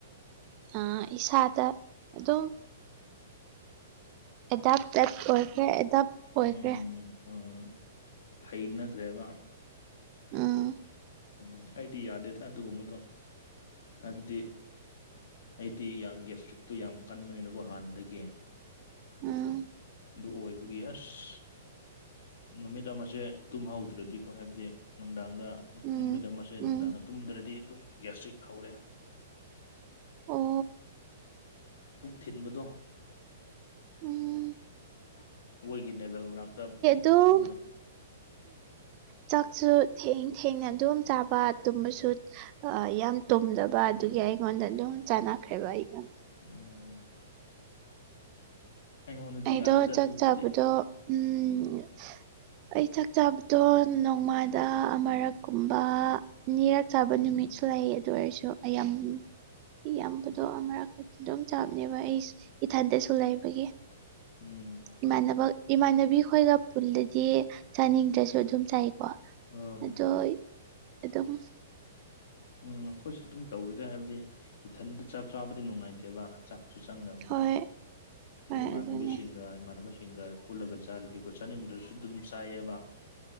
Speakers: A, on the right (about 40°); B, on the left (about 70°).
A: ꯑ ꯏꯁꯥꯗ ꯑꯗꯨꯝ ꯑꯦꯗꯥꯞꯇꯦꯠ ꯑꯣꯏꯈ꯭ꯔꯦ ꯑꯦꯗꯥꯞ ꯑꯣꯏꯈ꯭ꯔꯦ
B: ꯎꯝ ꯎꯝ ꯍꯩꯅꯈ꯭ꯔꯦꯕ
A: ꯎꯝ
B: ꯎꯝ ꯑꯩꯗꯤ ꯌꯥꯗꯦꯗ ꯑꯗꯨꯒꯨꯝꯕꯗꯣ ꯍꯥꯏꯕꯗꯤ ꯑꯩꯗꯤ ꯌꯥꯝ ꯒꯦꯁꯇ꯭ꯔꯤꯛꯇꯨ ꯌꯥꯝ ꯀꯟꯕꯅꯤꯅꯀꯣ ꯍꯥꯟꯅꯗꯒꯤ
A: ꯎꯝ
B: ꯑꯗꯨ ꯑꯣꯏꯕꯒꯤ ꯑꯁ ꯅꯨꯃꯤꯠ ꯑꯃꯁꯦ ꯇꯨꯝꯍꯧꯗ꯭ꯔꯗꯤꯀꯣ ꯍꯥꯏꯕꯗꯤ ꯅꯨꯡꯗꯥꯡꯗ
A: ꯎꯝ
B: ꯅꯨꯃꯤꯠ ꯑꯃꯁꯦ ꯅꯨꯡꯗꯥꯡꯗ
A: ꯎꯝ
B: ꯇꯨꯝꯗ꯭ꯔꯗꯤ ꯑꯗꯨꯝ ꯒꯦꯁꯇ꯭ꯔꯤꯛ ꯍꯧꯔꯦ
A: ꯑꯣ
B: ꯄꯨꯛ ꯊꯤꯟꯕꯗꯣ
A: ꯎꯝ
B: ꯑꯩꯈꯣꯏꯒꯤ ꯅꯦꯕꯦꯜ ꯃꯅꯥꯛꯇ ꯄꯨꯛ
A: ꯇꯨꯝ
B: ꯊꯤꯟꯕꯗꯣ
A: ꯆꯥꯛꯁꯨ ꯊꯦꯡ ꯊꯦꯡꯅ ꯑꯗꯨꯝ ꯆꯥꯕ ꯇꯨꯝꯕꯁꯨ ꯌꯥꯝ ꯇꯨꯝꯗꯕ ꯑꯗꯨꯒꯤ ꯑꯩꯉꯣꯟꯗ ꯑꯗꯨꯝ ꯆꯥꯟꯅꯈ꯭ꯔꯦꯕ ꯑꯩꯉꯣꯟꯗ
B: ꯎꯝ ꯑꯩꯉꯣꯟꯗꯗꯤ
A: ꯑꯩꯗꯣ
B: ꯌꯥꯗꯦꯗ
A: ꯆꯥꯛ
B: ꯑꯗꯨꯒꯨꯝꯕꯗꯤ
A: ꯆꯥꯕꯗꯣ ꯎꯝ ꯑꯩ ꯆꯥꯛ ꯆꯥꯕꯗꯣ ꯅꯣꯡꯃꯥꯗ ꯑꯃꯔꯛꯀꯨꯝꯕ ꯅꯤꯔꯛ ꯆꯥꯕ ꯅꯨꯃꯤꯠꯁꯨ
B: ꯎꯝ
A: ꯂꯩ ꯑꯗꯨ ꯑꯣꯏꯔꯁꯨ ꯑꯌꯥꯝꯌꯥꯝꯕꯗꯣ
B: ꯎꯝ
A: ꯃꯔꯛ ꯑꯗꯨꯝ ꯆꯥꯕꯅꯦꯕ ꯑꯩ ꯏꯊꯟꯇꯁꯨ ꯂꯩꯕꯒꯤ
B: ꯎꯝ
A: ꯏꯃꯥꯟꯅꯕ ꯏꯃꯥꯟꯅꯕꯤ ꯈꯣꯏꯒ ꯄꯨꯜꯂꯗꯤ ꯆꯥꯅꯤꯡꯗ꯭ꯔꯁꯨ ꯑꯗꯨꯝ ꯆꯥꯏꯀꯣ
B: ꯑꯥ
A: ꯑꯗꯣ ꯑꯗꯨꯝ
B: ꯎꯝ ꯑꯩꯈꯣꯏꯁꯨ ꯑꯗꯨꯝ ꯇꯧꯋꯦꯗ ꯍꯥꯏꯕꯗꯤ ꯏꯊꯟꯗ ꯆꯥꯛ ꯆꯥꯕꯗꯤ ꯅꯨꯡꯉꯥꯏꯇꯦꯕ ꯆꯥꯛ ꯁꯨ ꯆꯪꯗꯕꯅꯤ
A: ꯍꯣꯏ
B: ꯑꯗꯨ
A: ꯍꯣꯏ
B: ꯏꯃꯥꯟꯅꯕꯤꯁꯤꯡꯒ
A: ꯑꯗꯨꯅꯦ
B: ꯏꯃꯥꯟꯅꯕ ꯁꯤꯡꯒ ꯄꯨꯜꯂꯒ ꯆꯥꯔꯗꯤꯀꯣ ꯆꯥꯅꯤꯡꯗ꯭ꯔꯁꯨ ꯑꯗꯨꯝ ꯆꯥꯏꯌꯦꯕ